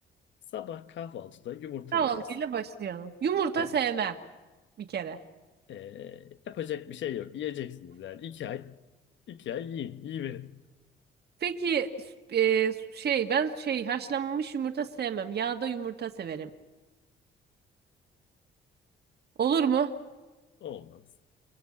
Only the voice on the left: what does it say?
Sabah kahvaltıda yumurta
yiyeceğiz.
Evet.
Ee, yapacak bir şey yok. Yiyeceksiniz yani. İki ay, iki ay yiyin. Yiyiverin.
Olmaz.